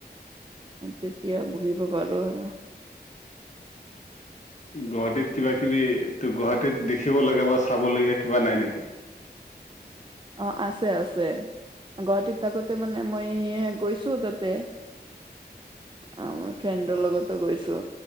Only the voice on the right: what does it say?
তেতিয়া বহিব পাৰো আৰু।
অ, আছে আছে। গুৱাহাটীত থাকোতে মানে মই গৈছো তাতে। আ ফ্ৰেণ্ডৰ লগতো গৈছো।